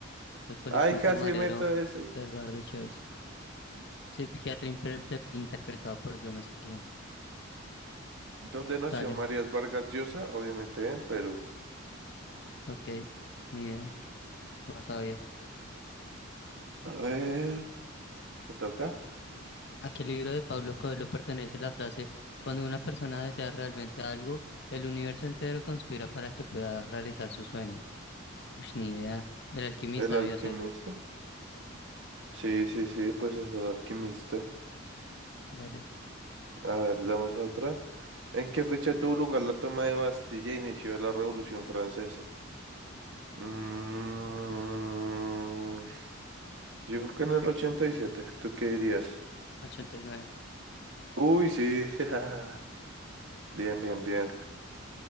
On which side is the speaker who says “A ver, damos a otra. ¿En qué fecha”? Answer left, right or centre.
Right